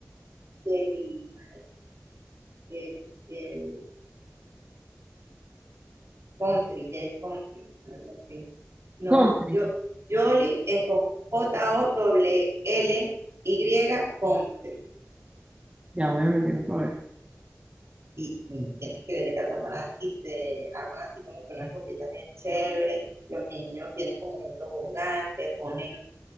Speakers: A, on the right; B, on the right.
A: Jelly, ay, Jelly, Jelly Country, Jelly Country, algo así. No,
B: Country.
A: yo, Jolly es con J-O-L-L-Y Country.
B: Ya voy a meterme para ver.
A: y mm, tienes que ver el catamarán y se arman así como que unas rumbitas bien chéveres. Los niños tienen como un tobogán, te ponen